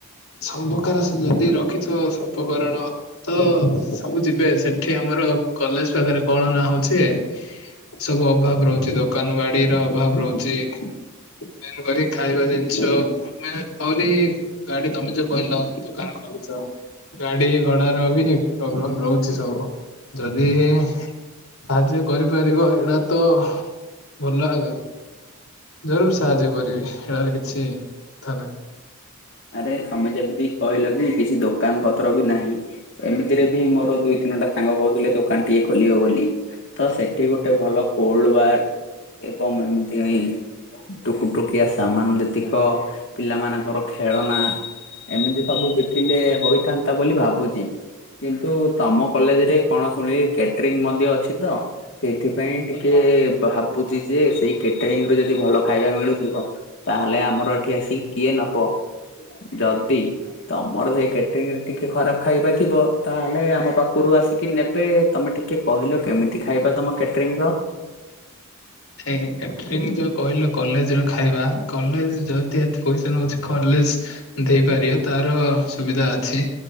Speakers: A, on the left; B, on the left.
A: ସବୁ ପକାର ସ ଯଦି ର ଖିଛ ସ ଉପକରଣ ତ ସବୁ ଯିବେ ସେଠି ଆ ମର କଲେଜ୍ ପାଖରେ କଣ ନାଁ ହଉଛି ସବୁ ଅଭାବ ରହୁଚି ଦ କାନ ବାଡ଼ିର ଅଭାବ ରହୁଚି। ମେନ୍ କରି ଖାଇବା ଜିନିଷ। ଆମେ ଆହୁରି ଗାଡ଼ି ତମେ ଯୋଉ କହିଲ ଦୋକାନ ଖୋଲୁଛ ଗାଡି ଗଡ଼ାର ବି ପ୍ରୋବ୍ଲେମ୍ ରହୁଚି ସବୁ। ଯଦି ସାହାଯ୍ୟ କରିପାରିବ ଏଟା ତ ଭଲ ଆଗା ଜରୁର ସାହାଯ୍ୟ କରିବି ହେଳାରେ କି ଛି ଥା ନାଇଁ।
B: ଆରେ ତମେ ଯେମିତି କହିଲ କି କିଛି ଦୋକାନ ପତ୍ର ବି ନାହିଁ। ଏମିତିରେ ବି ମୋର ଦୁଇ ତିନିଟା ସାଙ୍ଗ କହୁଥିଲେ ଦୋକାନ ଟିଏ ଖୋଲିବ ବୋଲି। ତ ସେଠି ଗୋଟେ ଭଲ କୋଲ୍ଡ ବାର୍ ଏବଂ ଏମିତି ଟୁକୁ ଟୁକିଆ ସମାନ୍ ଯେତିକ ପିଲାମାନଙ୍କର ଖେଳନା ଏମିତି ସବୁ ବିକିଲେ ହୋଇଥାନ୍ତା ବୋଲି ଭାବୁଚି। କିନ୍ତୁ ତମ କଲେଜ୍ ରେ କଣ ଶୁଣିଲି କେଟରିଂ ମଧ୍ୟ ଅଛି ତ। ସେଇଥିପାଇଁ ଟିକେ ଭାବୁଚି ଯେ ସେଇ କେଟରିଂରୁ ଯଦି ଭଲ ଖାଇବା ମିଳୁଥିବ ତାହେଲେ ଆମର ଏଠି ଆସିକି କିଏ ନବ। ଯଦି ତମର ସେଇ କେଟରିଂରେ ଟିକେ ଖରାପ ଖାଇବା ଥିବ ତାହେଲେ ଆମ ପାଖୁରୁ ଆସିକି ନେବେ ତମେ ଟିକେ କହିଲ କେମିତି ଖାଇବା ତମ କ୍ୟାଟରିଂ ର?
A: ସେଇ କ୍ୟାଟରିଂ ଯୋଉ କହିଲ କଲେଜ୍ ର ଖାଇବା କଲେଜ୍ ଯଦି ଏତେ ପଇସା ନଉଛି କଲେଜ୍ ଦେଇପାରିବ ତାର ସୁବିଧା ଅଛି।